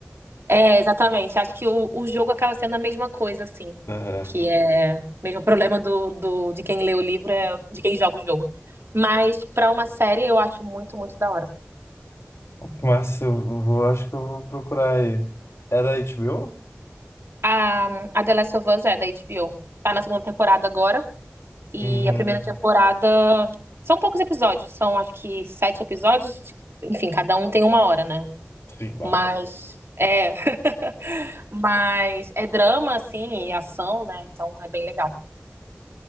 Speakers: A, on the right (about 60°); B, on the left (about 70°).
A: É, exatamente. Acho que o, o jogo acaba sendo a mesma coisa, assim.
B: Aham.
A: Que é o mesmo problema do, do, de quem lê o livro, é de quem joga o jogo. Mas pra uma série, eu acho muito, muito da hora.
B: Mas eu eu vou, acho que eu vou procurar aí. Era HBO?
A: A, a The Last of Us é da HBO. Tá na segunda temporada agora. E
B: Uhum.
A: a primeira temporada. São poucos episódios, são acho que sete episódios. Enfim, cada um tem uma hora, né?
B: Sim, bah.
A: Mas. É. <laughs> Mas é drama, assim, e ação, né? Então é bem legal.